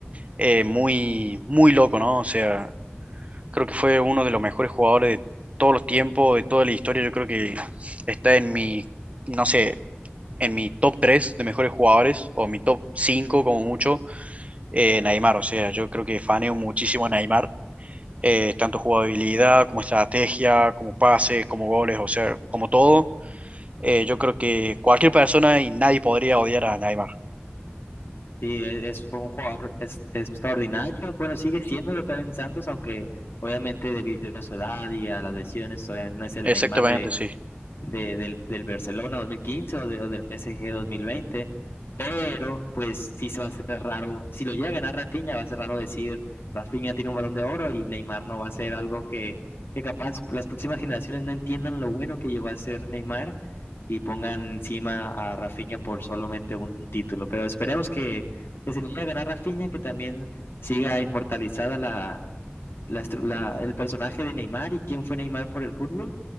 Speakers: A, on the right (about 30°); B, on the left (about 65°).
A: eh, muy, muy loco, ¿no? O sea, creo que fue uno de los mejores jugadores de todos los tiempos, de toda la historia. Yo creo que está en mi, no sé, en mi top 3 de mejores jugadores, o mi top 5 como mucho, eh, Neymar. O sea, yo creo que faneo muchísimo a Neymar. eh, tanto jugabilidad como estrategia, como pase, como goles, o sea, como todo. Eh, yo creo que cualquier persona y nadie podría odiar a Neymar.
B: Sí, es, es- fue un jugador es- extraordinario. Bueno, sigue siendo lo en Santos, aunque obviamente debido a su edad y a las lesiones, obviamente no es el
A: Exactamente,
B: Neymar de
A: sí.
B: de, del, del Barcelona 2015 o, de- o del PSG 2020, pero pues sí se va a hacer raro, si lo llega a ganar Rafinha, va a ser raro decir Rafinha tiene un balón de oro y Neymar no va a ser algo que, que capaz las próximas generaciones no entiendan lo bueno que llegó a ser Neymar y pongan encima a Rafinha por solamente un, un título, pero esperemos que, que se lo llega a ganar Rafinha, que también siga inmortalizada la... la estru- la- el personaje de Neymar y quién fue Neymar por el fútbol